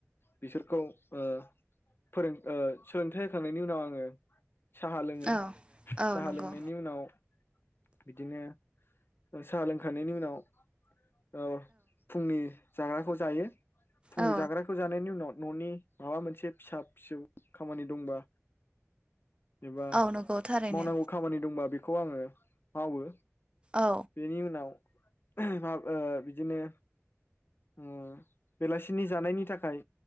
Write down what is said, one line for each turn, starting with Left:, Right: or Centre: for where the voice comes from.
Left: बिसोरखौ ओ फोरों ओ सोलोंथाइ होखांनायनि उनाव आङो साहा लोङो
Right: औ औ
Left: साहा
Right: नंगौ
Left: लोंनायनि उनाव बिदिनो साहा लोंखांनायनि उनाव औ फुंनि जाग्राखौ जायो। फुंनि
Right: औ
Left: जाग्राखौ जानायनि उनाव न'नि माबा मोनसे फिसा फिसौ खामानि दंबा एबा
Right: औ नंगौ थारैनो
Left: मावनांगौ खामानि दंबा बेखौ आङो मावो।
Right: औ
Left: बेनि उनाव <unintelligible> बिदिनो उम बेलासिनि जानायनि थाखाय